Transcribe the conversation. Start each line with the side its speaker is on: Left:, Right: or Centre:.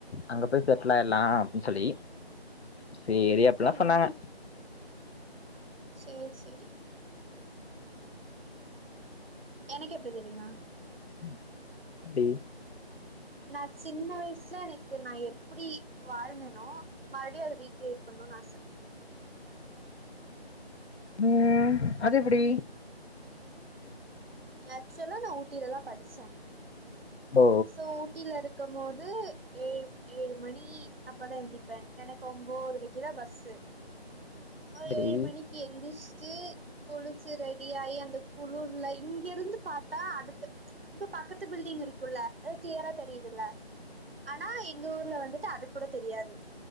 Left: அங்க போய் செட்லாயிருலா அப்படின்னு சொல்லி சேரி அப்படெல்லா
Right: ம்
Left: சொன்னாங்க
Right: சேரி சேரி எனக்கு எப்படி தெரியுமா
Left: ம் எப்டி
Right: நா சின்ன வயசுல எனக்கு நா எப்டி வாழ்ந்தனோ மறுவடி அத ரீக்கிரியேட் பண்ணுன் ஆச
Left: ம் அது எப்படி
Right: ஆக்சுவலா நா ஊட்டிலதா படிச்ச
Left: ஓ
Right: சோ ஊட்டில இருக் இருக்கும் போது ஏழு ஏழு மணி அப்பதா எந்திப்ப எனக்கு ஒம்போதுரைக்குதா பஸ்ஸு ஆ ஒரு
Left: சரி
Right: ஏழு மணிக்கு எந்துச் ச்சு குளுச்சு ரெடி ஆயி அந்த குளுர்ல இங்க இருந்து பாத்தா அடுத்து இப்ப பக்கத் து பில்டிங் இருக்குல்ல கிளியரா தெரியுதுல ஆனா எங்க ஊர்ல வந்துட்டு அது கூட தெரியாது